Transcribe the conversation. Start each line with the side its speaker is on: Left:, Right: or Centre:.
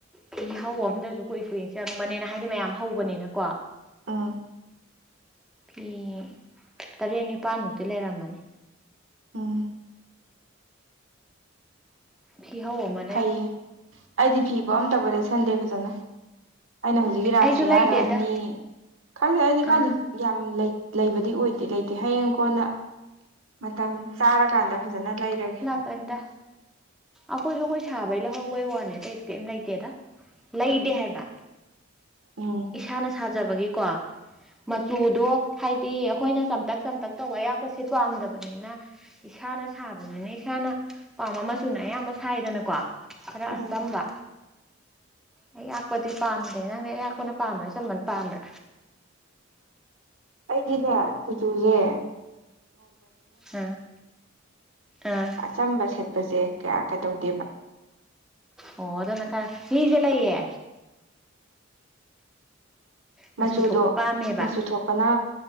Centre: ꯐꯤꯍꯧ ꯑꯝꯗꯁꯨ ꯀꯨꯏ ꯀꯨꯏ ꯆꯪꯕꯅꯤꯅ ꯍꯥꯏꯗꯤ ꯃꯌꯥꯝ ꯍꯧꯕꯅꯤꯅꯀꯣ꯫
Right: ꯑꯥ
Centre: ꯐꯤ ꯇꯔꯦꯠ ꯅꯤꯄꯥꯜꯃꯨꯛꯇꯤ ꯂꯩꯔꯝꯃꯅꯤ꯫
Right: ꯎꯝ꯫
Centre: ꯐꯤꯍꯧ ꯑꯃ
Right: ꯐꯩꯌꯦ ꯑꯩꯗꯤ ꯐꯤꯕꯣ ꯑꯃ ꯇꯕꯨ ꯂꯩꯁꯟꯗꯦ ꯐꯖꯅ꯫ ꯑꯩꯅ ꯍꯧꯖꯤꯛꯀꯤ ꯔꯥꯁꯇ꯭ꯔꯤꯌꯥ
Centre: ꯑꯩꯁꯨ ꯂꯩꯗꯦꯗ
Right: ꯍꯥꯏꯕ ꯑꯅꯤ ꯈꯪꯗꯦ ꯑꯩꯗꯤ ꯈꯪꯗꯦ꯫
Centre: ꯑꯥ
Right: ꯌꯥꯝ ꯂꯩ ꯂꯩꯕꯗꯤ ꯑꯣꯏꯗꯦ ꯂꯩꯇꯦ ꯍꯌꯦꯡ ꯀꯣꯟꯅ ꯃꯇꯝ ꯆꯥꯔꯀꯥꯟꯗ ꯐꯖꯅ ꯂꯩꯔꯒꯦ꯫
Centre: ꯀꯩꯝꯇ ꯑꯈꯣꯏꯁꯨ ꯑꯈꯣꯏ ꯁꯥꯕꯩ ꯂꯧꯍꯧꯕꯩ ꯋꯥꯅꯦ ꯑꯇꯩꯗꯤ ꯀꯩꯝ ꯂꯩꯇꯦꯗ꯫ ꯂꯩꯗꯦ ꯍꯥꯏꯕ
Right: ꯎꯝ
Centre: ꯏꯁꯥꯅ ꯁꯥꯖꯕꯒꯤꯀꯣ꯫ ꯃꯆꯨꯗꯣ ꯍꯥꯏꯗꯤ ꯑꯈꯣꯏꯅ ꯆꯝꯇꯛ ꯆꯝꯇꯛ ꯇꯧꯕ ꯑꯌꯥꯛꯄꯁꯦ ꯄꯥꯝꯗꯕꯅꯤꯅ꯫ ꯏꯁꯥꯅ ꯁꯥꯕꯅꯤꯅ ꯏꯁꯥꯅ ꯄꯥꯝꯕ ꯃꯆꯨꯅ ꯑꯌꯥꯝꯕ ꯁꯥꯏꯗꯅꯀꯣ꯫ ꯈꯔ
Right: ꯎꯝ
Centre: ꯑꯆꯝꯕ꯫ ꯑꯩꯌꯥꯛꯄꯗꯤ ꯄꯥꯝꯗꯦ ꯅꯪꯗꯤ ꯑꯌꯥꯛꯄꯅ ꯄꯥꯝꯕ꯭ꯔꯥ ꯑꯆꯝꯕꯅ ꯄꯥꯝꯕ꯭ꯔꯥ꯫
Right: ꯑꯩꯒꯤꯅꯦ ꯀꯨꯆꯨꯖꯦ꯫
Centre: ꯎꯝ ꯑ ꯑ꯫
Right: ꯑꯆꯝꯕ ꯁꯦꯠꯄꯁꯦ ꯀꯌꯥ ꯀꯩꯗꯧꯗꯦ
Centre: ꯑꯣ ꯑꯗꯨꯅ ꯈꯔ ꯃꯤꯖꯦ ꯂꯩꯌꯦ ꯃꯆꯨ
Right: ꯃꯆꯨꯗꯣ
Centre: ꯊꯣꯛꯄ ꯄꯥꯝꯃꯦꯕ
Right: ꯃꯆꯨꯊꯣꯛ ꯐꯅ